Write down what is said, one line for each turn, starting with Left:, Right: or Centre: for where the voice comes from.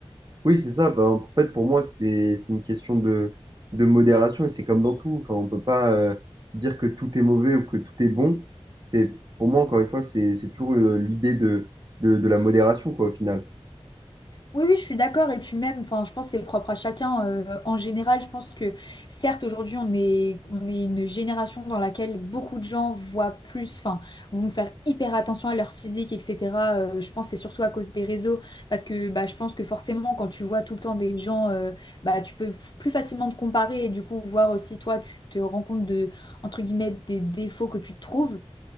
Right: Oui, c'est ça. Bah, en fait, pour moi, c'est c'est une question de, de modération et c'est comme dans tout. Enfin, on peut pas euh, dire que tout est mauvais ou que tout est bon. C'est, pour moi, encore une fois, c'est c'est toujours euh, l'idée de, de, de la modération, quoi, au final.
Left: Oui, oui, je suis d'accord. Et puis même, enfin, je pense que c'est propre à chacun. euh, en général, je pense que certes, aujourd'hui, on est, on est une génération dans laquelle beaucoup de gens voient plus, enfin, vont faire hyper attention à leur physique, etc. Euh, je pense que c'est surtout à cause des réseaux. Parce que bah, je pense que forcément, quand tu vois tout le temps des gens, euh, bah, tu peux plus facilement te comparer et du coup voir aussi toi, tu te rends compte de, entre guillemets, des défauts que tu te trouves.